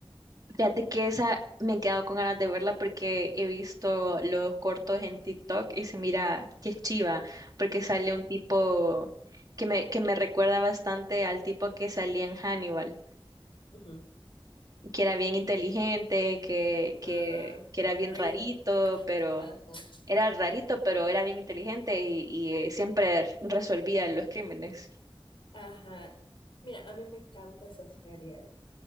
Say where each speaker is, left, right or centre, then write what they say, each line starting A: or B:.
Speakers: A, on the right; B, on the left.
A: fíjate que esa me he quedado con ganas de verla porque he visto los cortos en TikTok y se mira que es chiva, porque sale un tipo que me, que me recuerda bastante al tipo que salía en Hannibal,
B: Ujú.
A: que era bien inteligente, que, que,
B: Ah,
A: que era bien
B: Real.
A: rarito, pero
B: Ah, sí.
A: era rarito, pero era bien inteligente y, y, eh, siempre resolvía los crímenes.
B: Ajá. Mira, a mí me encanta esa serie